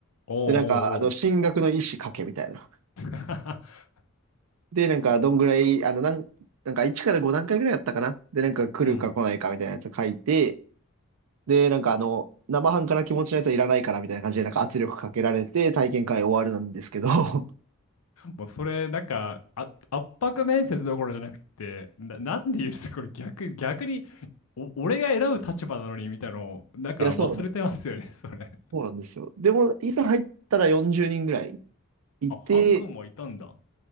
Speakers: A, on the left; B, on the right.
A: おう
B: で、なんか、あの、
A: おうおう。
B: 進学の意思かけみたいな。
A: <laughs>
B: で、なんか、どんぐらい、あの、なん、なんか1から5段階ぐらいだったかな。で、なんか来るか来ないかみたいなやつ書いて、
A: うん。
B: で、なんかあの、生半可な気持ちのやつはいらないからみたいな感じで、なんか圧力かけられて体験会終わるなんですけど、
A: もう、それ、なんか、あ、圧迫面接どころじゃなくて、な、なんで言うと、これ逆、逆に、お、俺が選ぶ立場なのにみたいなの、
B: <laughs>
A: なんか忘れてますよね、
B: いや、そうなんですよ。
A: <laughs> それ。
B: そうなんですよ。でも、いざ入ったら40人ぐらいいて、
A: あ、半分もいたんだ。